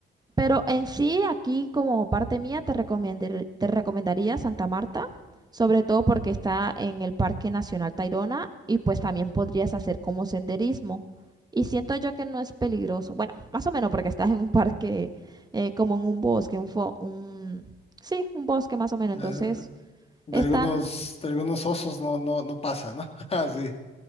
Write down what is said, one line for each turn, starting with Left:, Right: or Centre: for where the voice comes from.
Right: pero en sí, aquí como parte mía, te recomendar- te recomendaría Santa Marta, sobre todo porque está en el Parque Nacional Tayrona y pues también podrías hacer como senderismo. Y siento yo que no es peligroso. Bueno, más o menos porque estás en un parque, eh, como en un bosque, un, fo- un... Sí, un bosque más o menos.
Left: Eh,
Right: Entonces,
Left: de
Right: están,
Left: algunos, de algunos osos no, no, no pasa, ¿no? <laughs> Ah, sí.